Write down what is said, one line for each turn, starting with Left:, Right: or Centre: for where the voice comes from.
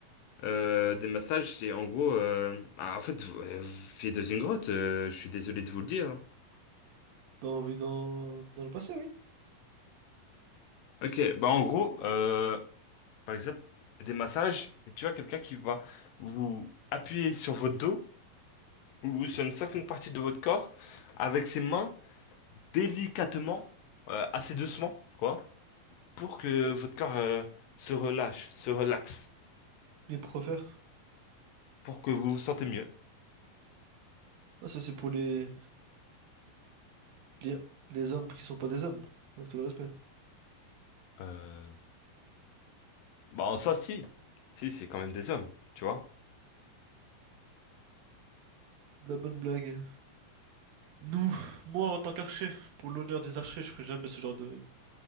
Left: Euh, des massages, c'est en gros, euh, bah, en fait, vous, euh, vous vivez dans une grotte. euh, je suis désolé de vous le dire. hein.
Right: Bah on vit dans, dans le passé, oui.
Left: Ok, bah en gros, euh, Par exemple, des massages, c'est tu vois quelqu'un qui va vous appuyer sur votre dos ou sur une certaine partie de votre corps avec ses mains délicatement, euh, assez doucement, quoi, pour que votre corps euh, se relâche, se relaxe,
Right: Les profères.
Left: pour que vous vous sentez mieux.
Right: Ah, ça, c'est pour les, les, les hommes qui sont pas des hommes, avec tout le respect.
Left: Euh, bah en soi, si, si, c'est quand même des hommes, tu vois.
Right: De La bonne blague. Nous, moi, en tant qu'archer, pour l'honneur des archers, je ferai jamais ce genre de,